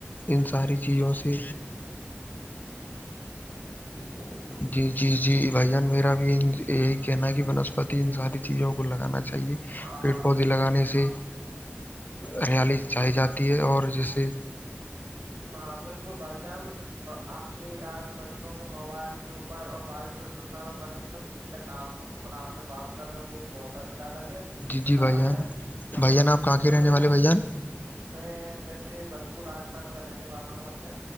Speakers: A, on the left; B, on the right.
A: ان ساری چیزوں سے
B: <unintelligible>
A: جی جی جی بھائی جان میرا بھی ان یہی کہنا ہے کہ بنسپتی ان ساری چیزوں کو لگانا چاہیے
B: ہاں
A: پیڑ پودے لگانے سے ہریالی چائی جاتی ہے اور جس سے
B: ہاں بالکل بھائی جان اور آپ سے آج بچوں کے موبائل کے اوپر اور واو پردوشن اور بنسپتی ٹھیک ہے کپ بھیناپ سے بات کر مجھے بہت اچھا لگے
A: جی جی
B: لگا
A: بھائی جان
B: ہے ہاں
A: بھائی جان
B: بالکل
A: آپ کہاں کے
B: سمے
A: رہنے والے بھائی جان
B: میں ویسے بھرپور راستھان کا رہنے والا ہوں آیا